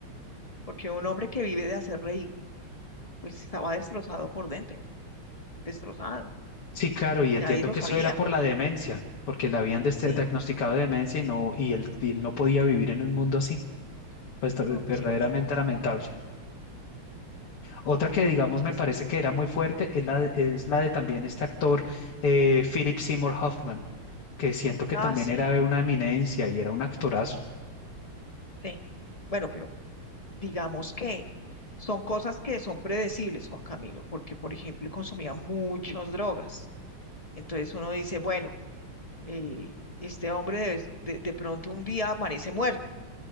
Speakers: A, on the left (about 20°); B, on the left (about 80°).
A: porque un hombre que vive de hacer reír, pues estaba destrozado por dentro, destrozado,
B: Sí, claro, y
A: y
B: entiendo
A: nadie lo
B: que
A: sabía,
B: eso era por la demencia, porque le habían des-
A: sí.
B: diagnosticado de demencia y no, y él, y él no podía vivir en un mundo así. Pues ver-
A: No, pues
B: verdaderamente
A: imagínate,
B: lamentable. Otra que digamos me
A: es
B: parece
A: tremendo.
B: que era muy fuerte es la de, es la de también este actor eh, Philip Seymour Hoffman, que siento que
A: Ah,
B: también
A: sí,
B: era una eminencia y era un actorazo.
A: sí. Bueno, pero digamos que son cosas que son predecibles, Juan Camilo, porque, por ejemplo, consumía muchas drogas. Entonces uno dice, bueno, eh, este hombre de, de- de pronto un día amanece muerto,